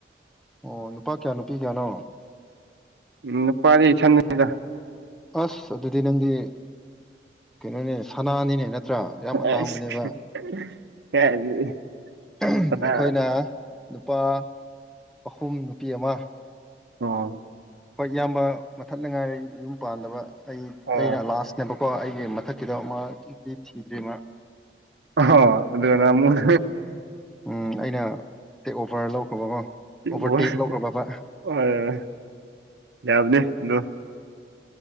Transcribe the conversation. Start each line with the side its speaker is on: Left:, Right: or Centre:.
Centre: ꯑꯣ ꯅꯨꯄꯥ ꯀꯌꯥ ꯅꯨꯄꯤ ꯀꯌꯥꯅꯣ
Right: ꯎꯝ ꯅꯨꯄꯥꯗꯤ ꯏꯊꯟꯗꯅꯤꯗ
Centre: ꯑꯁ ꯑꯗꯨꯗꯤ ꯅꯪꯗꯤ ꯀꯩꯅꯣꯅꯦ ꯁꯅꯥꯅꯤꯅꯦ ꯅꯠꯇ꯭ꯔꯥ ꯌꯥꯝ ꯑꯇꯥꯡꯕꯅꯦꯕ
Right: ꯑꯁ ꯀꯥꯏꯗꯒꯤ
Centre: ꯑꯩꯈꯣꯏꯅ
Right: ꯀꯅꯥ
Centre: ꯅꯨꯄꯥ ꯑꯍꯨꯝ ꯅꯨꯄꯤ ꯑꯃ
Right: ꯑꯣ
Centre: ꯍꯣꯏ ꯏꯌꯥꯝꯕ ꯃꯊꯅꯗ ꯉꯥꯏꯔꯦ ꯌꯨꯝ ꯄꯥꯟꯗꯕ ꯑꯩ
Right: ꯑꯣ
Centre: ꯑꯩꯅ ꯂꯥꯁ ꯅꯦꯕꯀꯣ ꯑꯩꯒꯤ ꯃꯊꯛꯀꯤꯗꯣ ꯃꯥꯗꯤ ꯅꯨꯄꯤ ꯊꯤꯗ꯭ꯔꯤ ꯃꯥ
Right: ꯍꯣ ꯑꯗꯨꯅ ꯑꯃꯨꯛ
Centre: ꯎꯝ ꯑꯩꯅ ꯇꯦꯛ ꯑꯣꯕꯔ ꯂꯧꯈ꯭ꯔꯕꯀꯣ
Right: <unintelligible>
Centre: ꯑꯣꯚꯔꯇꯦꯛ ꯂꯧꯈ꯭ꯔꯕꯕ